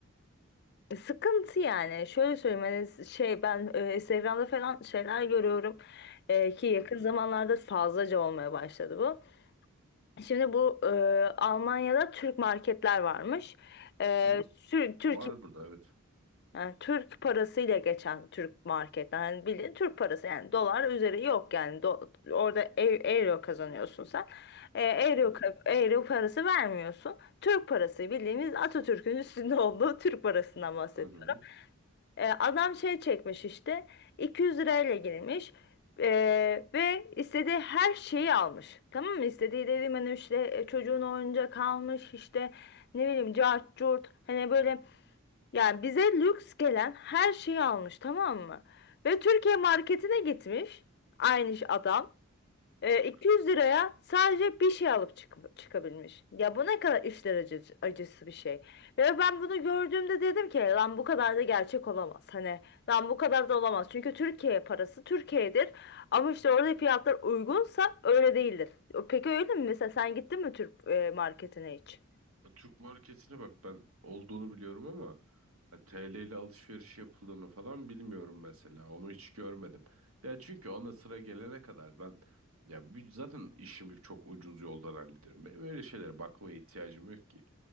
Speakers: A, on the left (about 50°); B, on the right (about 80°).
A: e, sıkıntı yani. Şöyle söyleyeyim hani şey ben e, Instagram'da falan şeyler görüyorum E, ki yakın
B: hı hı,
A: zamanlarda fazlaca olmaya başladı bu. Şimdi bu e, Almanya'da Türk marketler varmış. E,
B: hı hı.
A: sür- Türkiye'de
B: Var burada evet.
A: yani Türk parasıyla geçen Türk marketten. Hani bildiğin Türk parası yani dolar üzeri yok yani. Do- orada e- euro kazanıyorsun sen. E, euro,
B: Hı hı,
A: ka- euro parası vermiyorsun. Türk parası bildiğimiz Atatürk'ün <laughs> üstünde olduğu Türk parasından bahsediyorum.
B: hı hı,
A: E, adam şey çekmiş işte 200 lirayla girmiş. E, ve istediği her şeyi almış. Tamam mı? İstediği dediğim hani işte e, çocuğun oyuncak almış işte ne bileyim cart curt hani böyle yani bize lüks gelen her şeyi almış tamam mı? Ve Türkiye
B: hı hı,
A: marketine gitmiş aynı iş adam. E,
B: hı
A: 200
B: hı.
A: liraya sadece bir şey alıp çık- çıkabilmiş. Ya bu ne kadar işler acı acısı bir şey. Ve ben bunu gördüğümde dedim ki lan bu kadar da gerçek olamaz. Hani lan bu kadar da olamaz. Çünkü Türkiye parası Türkiye'dir. Ama işte orada fiyatlar uygunsa öyle değildir. Peki öyle mi? Mesela sen gittin mi Türk e, marketine hiç?
B: Türk marketine bak ben olduğunu biliyorum ama ya TL ile alışveriş yapıldığını falan bilmiyorum mesela. Onu hiç görmedim. Ya çünkü ona sıra gelene kadar ben ya bir- zaten işimi çok ucuz yoldan hallediyorum. Benim öyle şeylere bakmaya ihtiyacım yok ki.